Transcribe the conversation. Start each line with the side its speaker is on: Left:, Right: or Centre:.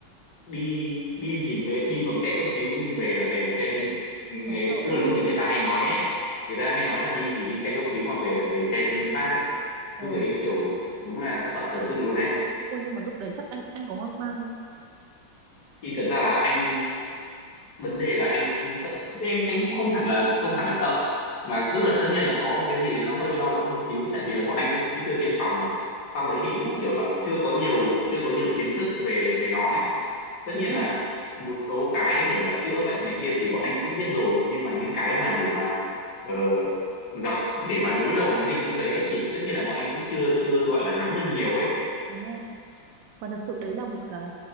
Left: đi đi chỉ về đi bằng xe cấp cứu nhưng về là về bằng xe Vin người,
Right: ôi, sợ
Left: tức
Right: thế
Left: là lúc đấy người ta hay nói ấy người ta hay nói là đi thì đi xe cấp cứu mà về là về xe VinFast ấy lúc
Right: Ôi,
Left: đấy kiểu đúng là sợ thật sự luôn
Right: ôi nhưng mà lúc đấy chắc anh anh có hoang mang không?
Left: thì thật ra là anh vấn đề là anh, anh sợ anh anh cũng không hẳn là không hẳn là sợ mà tức là tất nhiên là có một cái gì đấy nó hơi lo lắng một xíu tại vì là bọn anh cũng, cũng chưa tiêm phòng này sau đấy thì
Right: đúng
Left: cũng
Right: rồi
Left: kiểu là chưa có nhiều chưa có nhiều kiến thức về về nó ấy. tất
Right: đúng
Left: nhiên là
Right: rồi
Left: một số cái để mà chữa bệnh này kia thì bọn anh cũng biết rồi nhưng mà những cái mà để mà ờ, gặp để mà đối đầu với dịch lúc đấy ấy, thì tất nhiên là bọn anh cũng chưa chưa gọi là nắm được nhiều ấy
Right: đúng rồi và thật sự đấy là một cái